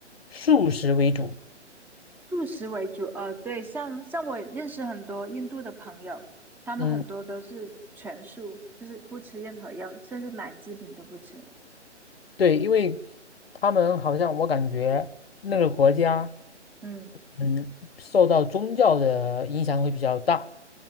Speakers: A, on the left (about 55°); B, in the centre.
A: 素食为主。
B: 素食为主。呃，对，像像我认识很多印度的朋友，他们很多都是全素，
A: 嗯，
B: 就是不吃任何药，甚至奶制品都不吃。
A: 对，因为他们好像我感觉那个国家，
B: 嗯
A: 嗯，受到宗教的影响会比较大。